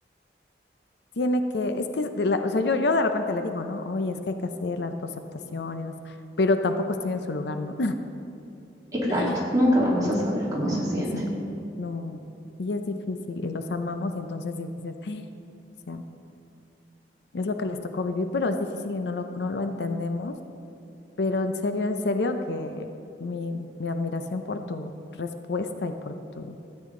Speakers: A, on the left; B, on the right.
A: tiene que, es que, de la- o sea, yo, yo de repente le digo, ¿no? Oye, es que hay que hacer las dos aceptaciones, pero tampoco estoy en su lugar, ¿no?
B: Exacto,
A: <laughs>
B: nunca vamos a saber cómo
A: Ah,
B: se siente.
A: Exacto. No. Y es difícil y los amamos y entonces dices, "Ah", o sea, es lo que les tocó vivir, pero es difícil y no lo, no lo entendemos. Pero en serio, en serio, que mi, mi admiración por tu respuesta y por tu